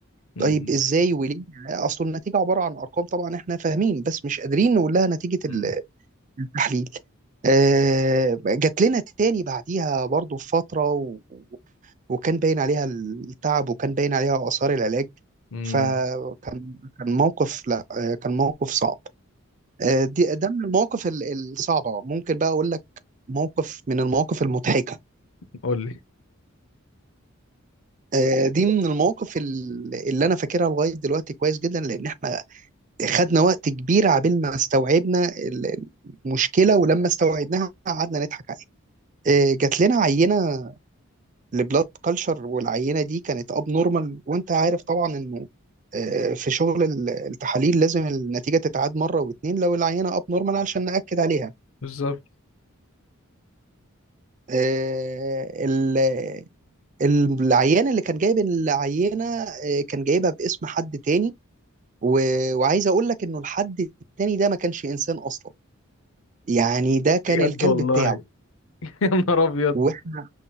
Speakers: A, on the left; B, on the right.
A: امم
B: طيب ازاي وليه اصل النتيجه عباره عن ارقام طبعا احنا فاهمين بس مش قادرين نقول لها نتيجه ال-
A: امم
B: التحليل آه، جات لنا تاني بعديها برضو في فتره و- وكان باين عليها التعب وكان باين عليها اثار العلاج
A: امم
B: فكان كان موقف لا آه، كان موقف صعب آه، دي ده من المواقف ال- الصعبه ممكن بقى اقول لك موقف من المواقف المضحكه
A: قول لي
B: آه، دي من المواقف ال- اللي انا فاكرها لغايه دلوقتي كويس جدا لان احنا خدنا وقت كبير عبال ما استوعبنا ال- المشكله ولما استوعبناها قعدنا نضحك عليها آه، جات لنا عينه لبلاد كلشر والعينه دي كانت اب نورمال وانت عارف طبعا انه آه، في شغل ال- التحاليل لازم النتيجه تتعاد مره واتنين لو العينه اب نورمال علشان ناكد عليها
A: بالظبط
B: آه، ال- العيان اللي كان جايب العينه آه، كان جايبها باسم حد تاني و- وعايز اقول لك انه الحد التاني ده ما كانش انسان اصلا يعني ده كان
A: بجد
B: الكلب
A: والله
B: بتاعه
A: <laughs> يا نهار ابيض
B: واحنا